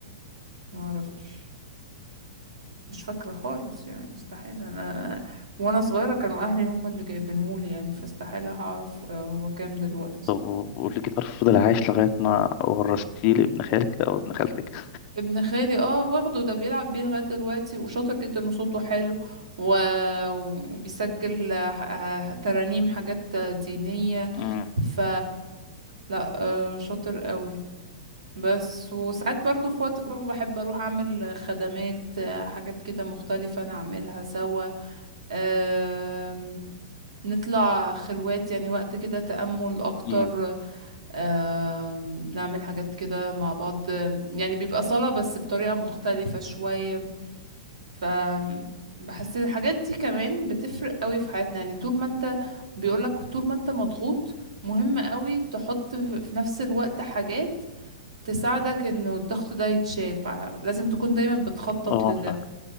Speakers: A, on the right; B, on the left.
A: ما اعرفش مش فاكرة خالص يعني استحيل انا وانا صغيرة كانوا اهلي هم اللي جايبينهولي يعني فاستحيل هعرف هو كام دلوقتي
B: طب و- والجيتار فضل عايش لغاية ما ورثتيه لابن خالك أو ابن خالتك
A: ابن خالي اه واخده ده بيلعب بيه لغاية دلوقتي وشاطر جدا وصوته حلو و... وبيسجل ح- ح- ترانيم حاجات دينية
B: مم.
A: ف لا آه، شاطر قوي بس وساعات برضو في وقت فراغ بحب اروح اعمل خدمات آه، حاجات كده مختلفة نعملها سوا آم، نطلع خلوات يعني وقت كده تأمل اكتر
B: مم.
A: آم، نعمل حاجات كده مع بعض آم، يعني بيبقى صلاة بس بطريقة مختلفة شوية ف بحس ان الحاجات دي كمان بتفرق قوي في حياتنا يعني طول ما انت بيقولك طول ما انت مضغوط مهم قوي تحط في نفس الوقت حاجات تساعدك انه الضغط ده يتشال فلازم تكون دايما بتخطط
B: اه
A: لده
B: فاهم